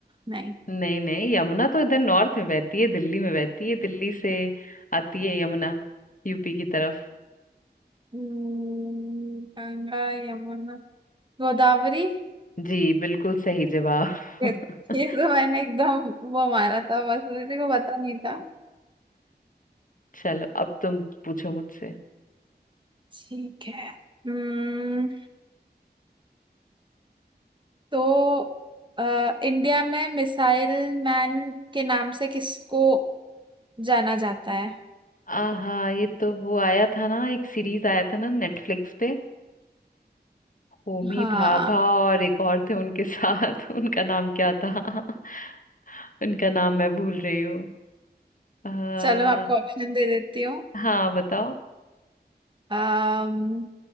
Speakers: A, on the right (about 30°); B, on the left (about 50°).
A: नहीं
B: नहीं नहीं यमुना तो इधर नॉर्थ में बहती है दिल्ली में बहती है दिल्ली से आती है यमुना यूपी की तरफ
A: हम्म, गंगा यमुना गोदावरी
B: जी बिल्कुल सही जवाब
A: ये
B: <laughs>
A: ये तो मैंने एकदम वो मारा था बस मेरे को पता नहीं था
B: चलो अब तुम पूछो मुझसे
A: ठीक है हम्म तो अ, इंडिया में मिसाइल मैन के नाम से किसको जाना जाता है
B: आहा ये तो वो आया था ना एक सीरीज आया था ना नेटफ्लिक्स पे होमी
A: हाँ
B: भाभा और एक और थे उनके साथ <laughs> उनका नाम क्या था <laughs> उनका नाम मैं भूल रही हूँ आ,
A: चलो मैं आपको ऑप्शन दे देती हूँ
B: हाँ बताओ
A: अम्म,